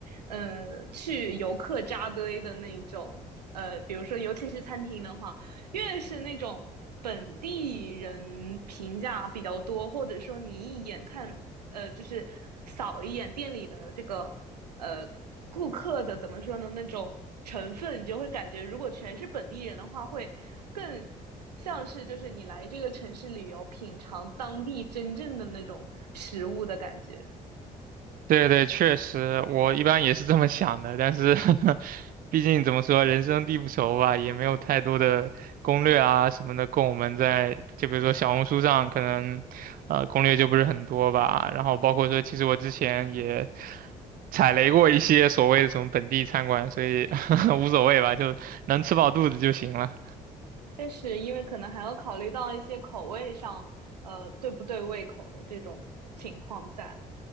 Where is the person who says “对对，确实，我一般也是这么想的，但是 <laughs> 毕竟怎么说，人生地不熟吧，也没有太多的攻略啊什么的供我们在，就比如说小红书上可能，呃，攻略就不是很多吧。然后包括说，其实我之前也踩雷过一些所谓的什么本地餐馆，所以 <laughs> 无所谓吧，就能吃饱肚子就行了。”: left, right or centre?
Right